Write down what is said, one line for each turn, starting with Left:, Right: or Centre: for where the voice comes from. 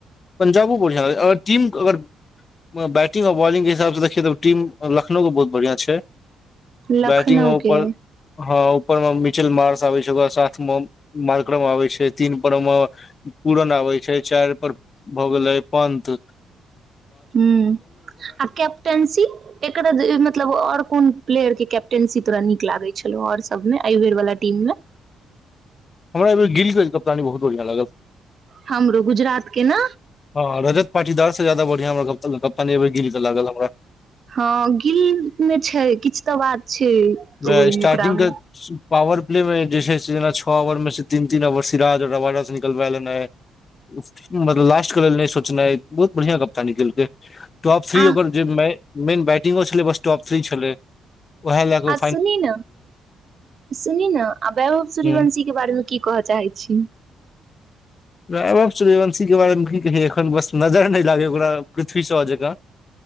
Left: पंजाबो बढ़िआँ अगर टीम अगर बैटिंग आओर बॉलिंग के हिसाब सँ देखियै तऽ ओ टीम लखनउ बहुत बढ़िआँ छै
Right: लखनऊ
Left: बैटिंग मे उपर
Right: के
Left: हँ पर मे मिचल मार्स आबै छै ओकरा साथमे मार्क्रम आबै छै तीन पर मे पूरन आबै छै चारि पर भऽ गेलै पंथ
Right: ह आ कैप्टेन्सी एकर मतलब आओर कोन प्लेयर के कैप्टेंसी तोरा नीक लागै छलौ और सबमे अय बेर वाला टीम मे
Left: हमरा अय बेर गिल के कप्तानी बहुत बढ़िआं लागल
Right: हमरो गुजरात के ने
Left: ह रजत पाटीदार से जयादा बत हमरा कप्तानी अय बेर गिल तऽ लागल हमरा <unintelligible>
Right: हँ गिल मे छै किछ तऽ बात छै
Left: वएह
Right: ओइ
Left: स्टार्टिंग
Right: ओकरा मे
Left: के पावर प्लेमे जे छै से जेना छओ ओवरमे तीन तीन ओवर सिराज रवाडा सँ निकलबा लेनाइ मतलब लास्टके लेल नहि सोचनाइ बहुत बढ़िआँ करतानी केलकै टॉप थ्री
Right: आ
Left: ओकर जियमे मेन बैट टिंगो छलै बस टॉप थ्रि छलै उएह लए क
Right: आ सुनी ने सुनी ने आ वैभव सूर्यवंशी
Left: ह
Right: के बारेमे की कहऽ चाहैत छी
Left: वैभव सूर्यवंशी के बारेमे की कहिये एखन बस नजर नहि लागै ओकरा पृथ्वी सँ जेकाँ